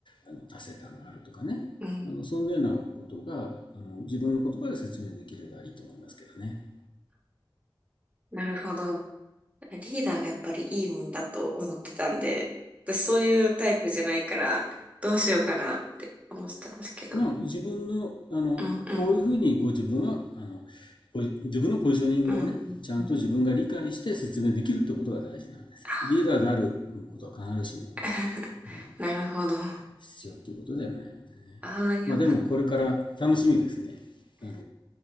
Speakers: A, on the left; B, on the right.
A: あの、達成感があるとかね。
B: うん
A: あの、そんなようなことが、あの、自分の言葉で説明できればいいと思いますけどね。
B: なるほど。リーダーがやっぱりいいもんだと思ってたんで、私そういうタイプじゃないから、どうしようかなって思ってたんですけど。
A: まあ、自分の、あの、
B: うん、うん。
A: こういうふうにご自分は、あの、ポジ自分のポジショニングをね、
B: うん、うん、
A: ちゃんと自分が理解して説明できるってことが大事なんですリーダーであることは必ずしも、
B: うん。あー <laughs>
A: あの、はい、
B: なるほど。あ
A: 必要っていうことではないのでね。
B: あ、よかっ
A: まあでもこれから楽しみですね。あの、